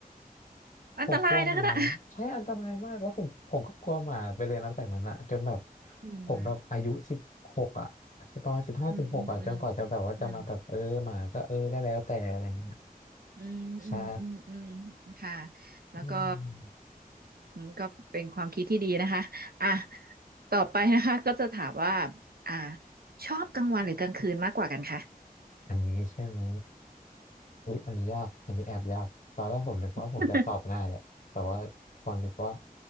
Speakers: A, on the right; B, on the left.
A: ๆอันตรายนะคะน่ะ
B: ผมกลัวหมาเลยใช่อันตรายมากแล้วผมผมก็กลัวหมาไปเลยนับจากนั้นอะจนแบบ
A: <laughs> อืม
B: ผมแบบอายุสิบหกอะประมาณสิบห้าสิบหกอะจนกว่าจะแบบว่าจะมาแบบเออหมาก็เออก็แล้วแต่อะไรเงี้ย
A: อืมอืมอืมอืม อืมอืมอืมอืม
B: ใช่
A: ค่ะแล้วก็
B: อืม
A: อืมก็เป็นความคิดที่ดีนะคะอ่ะต่อไปนะคะก็จะถามว่าอ่าชอบกลางวันหรือกลางคืนมากกว่ากันคะ
B: อันนี้ใช่ไหม อุ๊ยอันนี้ยากอันนี้แอบยากตอนแรกผมนึกว่าผมจะตอบง่ายแหละแต่ว่าพอนึกว่า
A: <laughs>